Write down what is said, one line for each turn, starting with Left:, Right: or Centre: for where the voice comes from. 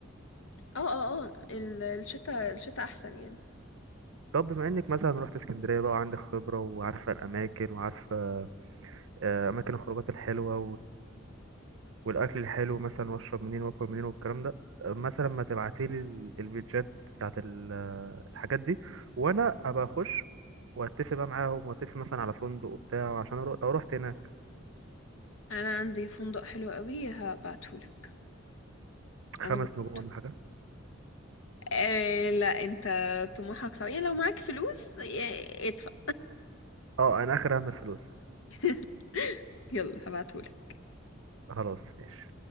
Left: اه اه اه ال- الشتاء الشتاء أحسن يعني
Right: طب بما انك مثلا رحت اسكندريه بقى وعندك خبره وعارفه الاماكن وعارفه آه، اماكن الخروجات الحلوه والاكل الحلو مثلا واشرب منين واكل منين والكلام ده آه، مثلا ما تبعتيلي ال- البيتجات بتاعت ال- آه، الحاجات دي وانا ابقى اخش واتفق بقى معاهم واتفق مثلا على فندق وبتاع عشان أروح لو رحت هناك
Left: أنا عندي فندق حلو قوي هبعتهولك أنا
Right: خمس
Left: جربته
Right: نجوم ولا حاجه
Left: أه لا أنت طموحك صعب يعني لو معاك فلوس آه، ادفع
Right: اه انا اخر اهم الفلوس
Left: <laughs> يلا هبعتهولك
Right: خلاص ماشي